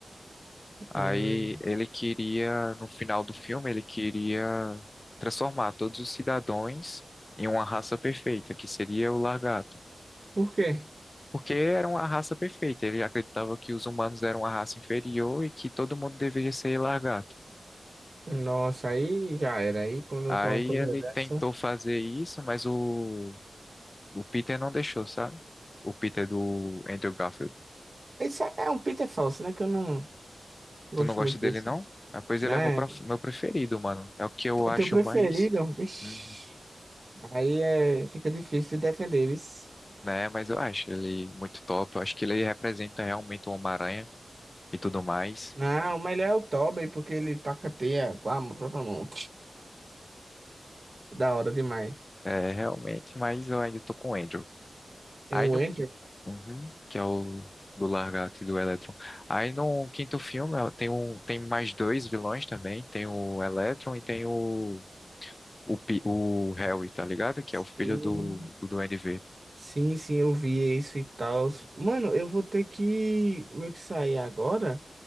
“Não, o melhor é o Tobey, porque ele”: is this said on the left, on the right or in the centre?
Right